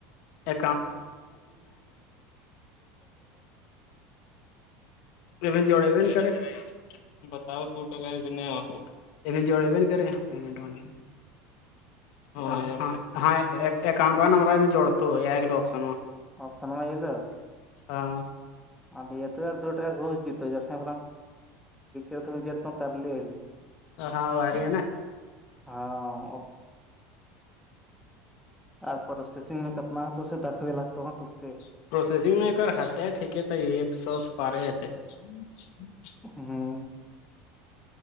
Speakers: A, on the left; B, in the centre.
A: <unintelligible> ا بھی جوڑ ا بھی نہیں کرے بتاؤ د جوڑے بھی کریں پٹ ہ ہاں ہاں ااؤنٹ والا نمبر ہے میں جوڑتا تو یہ گگلے آپشن وہ
B: آپشن میںلو
A: ہاں
B: ااںے یہ توار دو ٹا گھس جت جسے ا ت کرلیے
A: ہاں و رہ ہے نا
B: ہاں اور پروسیسنگ میں کتنا ہے تو اسے دکھوے لگتے ہیں ترتے
A: <unintelligible>
B: ہاں